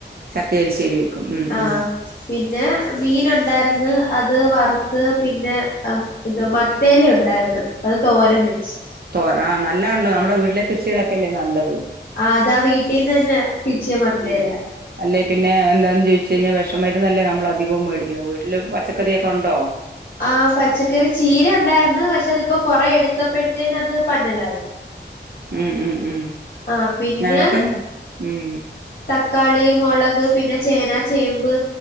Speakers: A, on the right; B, on the left.
A: ചക്ക എരിശ്ശേരി വെക്കും. ഉം
B: ആഹ്
A: ഉം
B: പിന്നെ മീൻണ്ടായിര്ന്ന് അത് വറുത്ത് പിന്നെ. ഇത് മത്തേല ഉണ്ടായിരുന്നു അത് തോരൻ വെച്ച്
A: തോ ആഹ് നല്ലാണല്ലോ നമ്മുടെ വീട്ടിലെ കൃഷികളൊക്കെല്ലേ നല്ലത്
B: ആഹ് അതാ വീട്ടീന്ന് തന്നെ തിച്ചിയ മത്തേല്ലേ
A: ഉം അല്ലെ പിന്നെ എന്താന്ന് ചോദിച്ചു കഴിഞ്ഞാൽ വിഷം മരുന്ന അല്ലേ നമ്മള അധികവും മേടിക്കുന്നത് വീട്ടില് പച്ചക്കറിയൊക്കെ ഉണ്ടോ
B: ആഹ് പച്ചക്കറി ചീര ഉണ്ടായിന്ന് പക്ഷെ അതിപ്പോ കൊറെ എടുത്തപ്പോഴത്തേന്നെ അത് പന്നലായി
A: ഉം ഉം ഉം
B: ആഹ് പിന്നെ
A: ഞങ്ങൾക്കും ഞ ഉം
B: തക്കാളി മുളക് പിന്നെ ചേന ചേമ്പ്